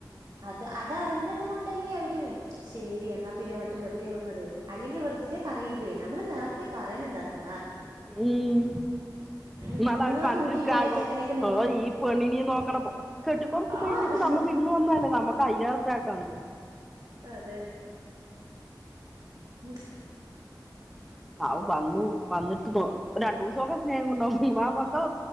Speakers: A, on the right (about 60°); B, in the centre.
A: അത് അതറിഞ്ഞത് കൊണ്ടല്ലേ അവ ര് ശെരി എന്നാ പിന്നെ ഇങ്ങട്ട് വെറ്തെ വന്നത് അല്ലെങ്കി വെറ്തെ പറയില്ലേ നമ്മള് നേരത്തെ പറയണം താത്ത
B: ഉം
A: ഉം
B: ഇന്നാലവര്
A: നിങ്ങളൊക്കെ
B: മനസ്സിൽ
A: വീട്ടിൽ
B: പ്രരാക്കും
A: പോയ ചെക്കനെയൊക്കെ നോക്കില്ലേ
B: ഓഹ് ഈ പെണ്ണി നിം നോക്കണം പ് കെട്ടിക്കൊട്ത്ത്
A: ആഹ്
B: കഴിഞ്ഞിട്ട് ഞ മ്മ വിര്ന്ന് വന്നാലേ നമ്മക്ക് അയ്ലേറെ പ്രാക്കാണ്.
A: അതെ ഉം
B: ആവു വന്നു വന്ന്ട്ട് നോ ഒരണ്ടൂസൊക്കെ സ്നേഹുണ്ടാകും ഇമ്മാക്കൊ